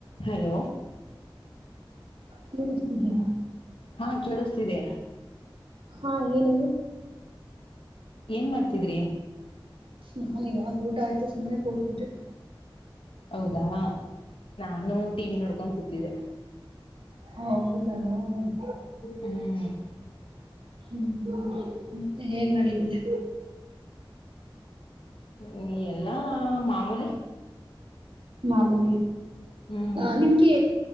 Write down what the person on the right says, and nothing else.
ಕೇಳಿಸ್ತಿದೆಯಾ
ಹಾ ಏನ್ ಹೇಳಿ
ನಾನ್ ಇವಾಗ ಊಟ ಆಯ್ತು ಸುಮ್ಮ್ನೆ ಕೂರ್ತಿದ್ದೆ
ಹೌದಾ ಹ್ಮ್.
ಹ್ಮ ಮತ್ತೆ ಹೇಗ್ ನಡೀತಿದೆ.
ಮಾಮುಲಿ
ಅ ನಿಮ್ಗೆ